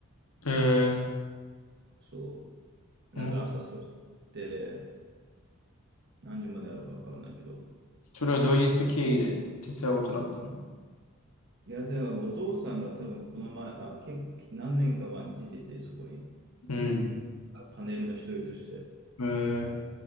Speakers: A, on the left; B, on the right.
A: ー、えー、
B: そう。
A: おも
B: なんか朝それ行って、何時まであるかわかんないけど。
A: それはどういった経緯で手伝うことになったの
B: いや、でもお父さんが多分この前、あ、結何年か前に出てて、そこに
A: うん。
B: あパネルの一人として、
A: えー、